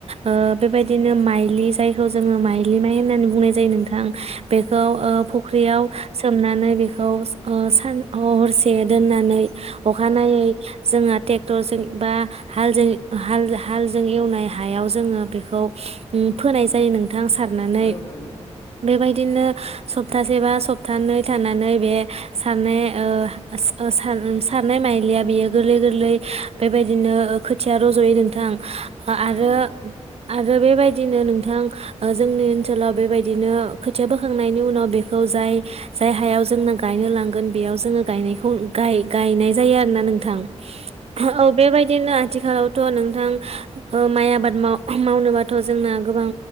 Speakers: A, on the right; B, on the left.
A: ओ बेबायदिनो माइलि जायखौ जोङो माइलि माइ होननानै बुंनाय जायो नोंथां बेखौ ओ फुख्रियाव सोमनानै बेखौ ओ सान हरसे दोननानै अखानायै जोङो टेक्टरजों बा हालजों हाल-हालजों एवनाय हायाव जोङो बेखौ फोनाय जायो नोंथां सारनानै
B: औ औ नोंथां
A: बेबायदि नो सप्तासे बा सप्तानै थानानै बे सारनाय ओ स ओ सार सारनाय माइलिया बियो गोरलै गोरलै बेबायदिनो खोथिया रज'यो नोंथां। आरो
B: औ
A: आरो बेबाय दिनो नोंथां ओ जोंनि ओनसोलाव बेबायदिनो खोथिया बोखांनायनि उनाव बेखौ जाय जाय हायाव जोंना गायनो लांगोन बेयाव जोङो गायनायखौ गाय- गायनाय जायो आरोना नोंथां। औ बेे बायदिनो आ थिखालावथ' नोंथां ओ माइ आबाद माव मावनोबाथ' जोंना गोबां